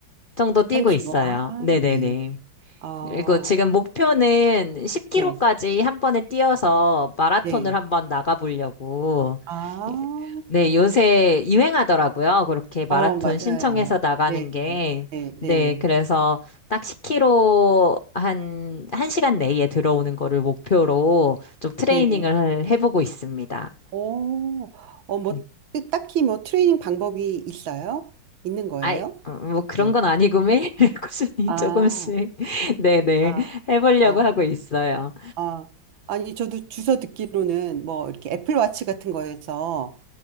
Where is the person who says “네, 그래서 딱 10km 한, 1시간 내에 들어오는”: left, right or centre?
Left